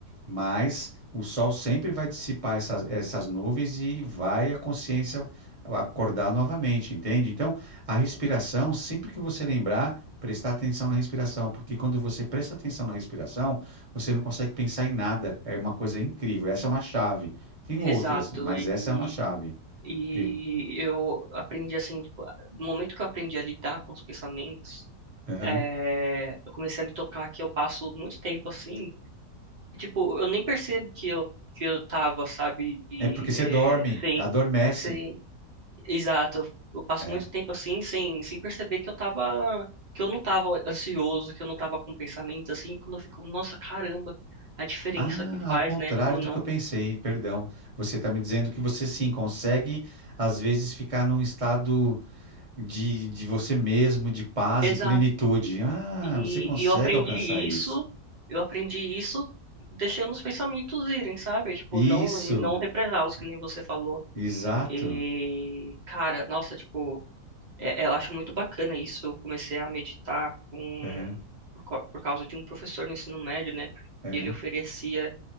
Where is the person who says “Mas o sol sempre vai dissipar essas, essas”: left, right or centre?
Right